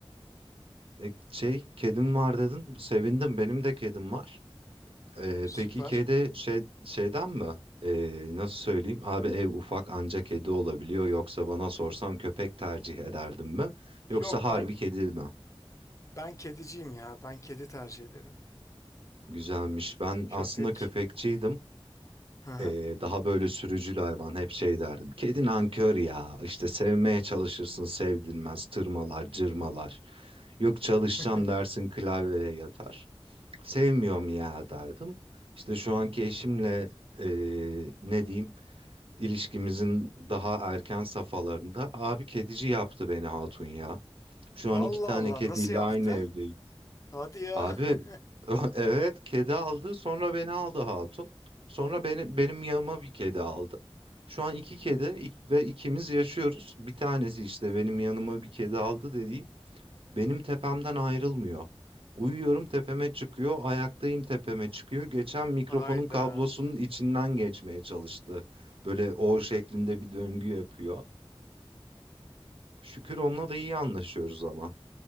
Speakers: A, on the right; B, on the left.
A: E, şey kedim var dedin. Sevindim. Benim de kedim var. E,
B: Süper.
A: peki kedi şey şeyden mi? E, nasıl söyleyeyim? Abi ev ufak anca kedi olabiliyor. Yoksa bana sorsan köpek tercih ederdim mi?
B: Yok
A: Yoksa harbi
B: ben
A: kedi mi?
B: ben kediciyim ya. Ben kedi tercih ederim.
A: Güzelmiş. Ben
B: Köpek.
A: aslında köpekçiydim.
B: Hı hı.
A: Ee, daha böyle sürücül hayvan hep şey derdim. Kedi nankör ya işte sevmeye çalışırsın sevdirmez tırmalar cırmalar. Yok çalışacağım
B: <laughs>
A: dersin klavyeye yatar. Sevmiyorum ya derdim. İşte şu anki eşimle ee, ne diyeyim ilişkimizin daha erken safhalarında abi kedici yaptı beni hatun ya. Şu an
B: Allah
A: iki tane
B: Allah
A: kediyle
B: nasıl yaptı?
A: aynı evdeyiz.
B: Hadi ya.
A: Abi
B: <laughs>
A: <laughs> evet kedi aldı sonra beni aldı hatun. Sonra beni, benim yanıma bir kedi aldı. Şu an iki kedi ik- ve ikimiz yaşıyoruz. Bir tanesi işte benim yanıma bir kedi aldı dediğim benim tepemden ayrılmıyor. Uyuyorum tepeme çıkıyor, ayaktayım tepeme çıkıyor. Geçen mikrofonun
B: Hayda.
A: kablosunun içinden geçmeye çalıştı. Böyle O şeklinde bir döngü yapıyor. Şükür onunla da iyi anlaşıyoruz ama.